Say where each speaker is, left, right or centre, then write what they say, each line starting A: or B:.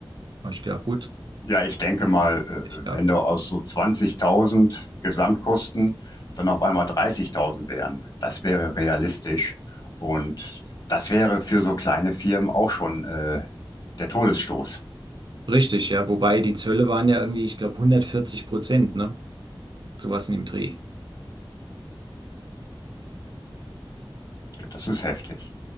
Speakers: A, on the right; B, on the left.
A: Hab ich gedacht, gut,
B: Ja, ich denke mal, äh,
A: ich gehabt.
B: wenn da aus so 20.000 Gesamtkosten dann auf einmal 30.000 wären, das wäre realistisch. Und das wäre für so kleine Firmen auch schon äh, der Todesstoß.
A: Richtig, ja. Wobei die Zölle waren ja irgendwie, ich glaube, 140 Prozent, ne? Sowas in dem Dreh.
B: Das ist heftig.